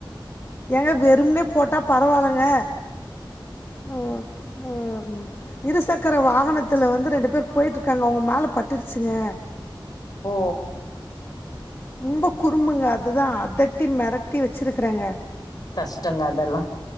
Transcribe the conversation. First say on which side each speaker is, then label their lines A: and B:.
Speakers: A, on the left; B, on the left.
A: ஏங்க வெறும்னே போட்டா பரவாலங்க அ அ ம் இருசக்கர வாகனத்துல வந்து ரெண்டு பேர் போயிட்டு இருக்காங்க அவங்க மே மேலே பட்டுடுச்சுங்க
B: ஓ!
A: ம்ப குறும்புங்க அதுதா அதட்டி மெரட்டி வச்சிருக்றேங்க
B: கஷ்டோந்த அதெல்லா